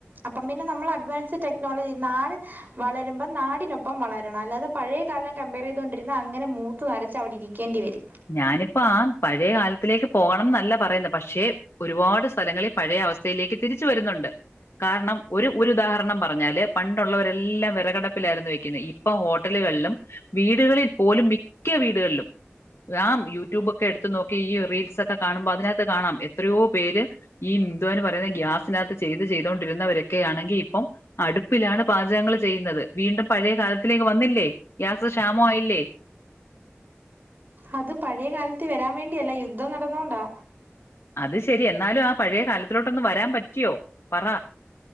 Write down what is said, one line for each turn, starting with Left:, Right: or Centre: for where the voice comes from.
Right: അപ്പം പിന്നെ നമ്മൾ അഡ്വാൻസ് ടെക്നോളജി നാട് വളരുമ്പം നാടിനൊപ്പം വളരണം അല്ലാതെ പഴയകാലം കമ്പയർ ചെയ്തൊണ്ടിരുന്ന അങ്ങനെ മൂത്ത് നരച്ച് അവിടെ ഇരിക്കേണ്ടി വരും
Left: ഞാനിപ്പം ആ പഴയ കാലത്തിലേക്ക് പോകണം എന്നല്ല പറയുന്നത് പക്ഷേ ഒരുപാട് സ്ഥലങ്ങളിൽ പഴയ അവ തിലേക്ക് തിരിച്ചു വരുന്നുണ്ട് കാരണം ഒര് ഒരു ഉദാഹരണം പറഞ്ഞാല് പണ്ടുള്ളവരെല്ലാം വിറകടപ്പിലായിരുന്നു വെക്കുന്നത് ഇപ്പൊ ഹോട്ടലുകളിലും വീടുകളിൽ പോലും മിക്ക വീടുകളിലും ആ യൂട്യൂബൊക്കെ എടുത്ത നോക്കി ഈ റീൽസ് ഒക്കെ കാണുമ്പോ അതിനകത്ത് കാണാം എത്രയോ പേര് ഈ മിന്ദുവാൻ പറയുന്ന ഗ്യാസിനകത്ത് ചെയ്ത് ചെയ്തൊണ്ടിരുന്നവരൊക്കെ ആണെങ്കി ഇപ്പം അടുപ്പിലാണ് പാചകങ്ങൾ ചെയ്യുന്നത് വീണ്ടും പഴയ കാലത്തിലേക്ക് വന്നില്ലേ ഗ്യാസ് ക്ഷാമം ആയില്ലേ
Right: അത് പഴയകാലത്ത് വരാൻ വേണ്ടിയല്ല യുദ്ധം നടന്നോണ്ടാ
Left: അത് ശരി എന്നാലും ആ പഴയ കാലത്തിലോട്ടൊന്ന് വരാൻ പറ്റിയോ പറ